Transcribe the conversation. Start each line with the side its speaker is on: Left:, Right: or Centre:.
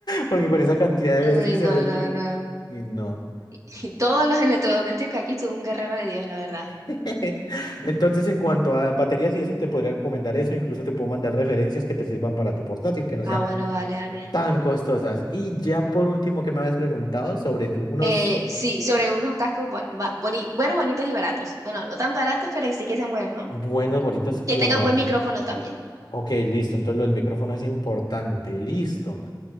Left: Porque con esa cantidad de
Right: Uy,
Left: veces que se
Right: no,
Left: vaya la
Right: no,
Left: luz,
Right: no.
Left: y no.
Right: <laughs> Y todos los electrodomésticos aquí son un guerrero de Dios, la verdad.
Left: <laughs> Entonces, en cuanto a baterías y eso, te podría recomendar eso. Incluso te puedo mandar referencias que te sirvan para tu portátil, que no
Right: Ah,
Left: sean
Right: bueno, vale, vale.
Left: tan costosas. Y ya por último, que me habías preguntado sobre tu unos
Right: Eh, sí, sobre unos cascos bu- ba- boni- buenos, bonitos y baratos. Bueno, no tan baratos, pero sí que sean buenos, ¿no?
Left: buenos, bonitos y
Right: Que tengan
Left: baratos.
Right: buen micrófono también.
Left: Ok, listo. Entonces lo del micrófono es importante. Listo.